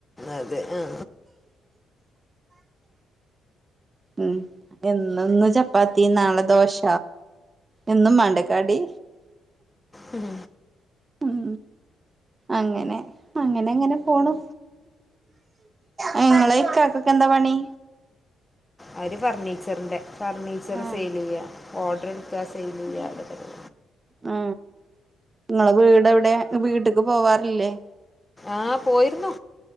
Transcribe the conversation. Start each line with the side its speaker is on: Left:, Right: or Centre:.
Left: അതെ ആ
Right: ഉ എന്നന്ന് ചപ്പാത്തി ചപ്പാത്തി നാളെ ദോശ എന്നും മാണ്ടേ കടി
Left: ഉം
Right: ഉം അങ്ങനെ അങ്ങനെ അങ്ങനെ പോണു ആ ഇങ്ങളെ ഇക്കാക്കൊക്കെ എന്താ പണി
Left: അവര് ഫർണീച്ചറിന്റെ ഫർണിച്ചറ്
Right: ആഹ്
Left: സെയിൽ ചെയ്യ ഓർഡർ എടുക്കുക സെയിൽ ചെയ്യ അതൊക്കെ തന്നെ
Right: ആ ഇങ്ങളെ വീട് എവിടെ വീട്ടക്ക് പോവാറില്ലേ
Left: ആഹ് പോയിരുന്നു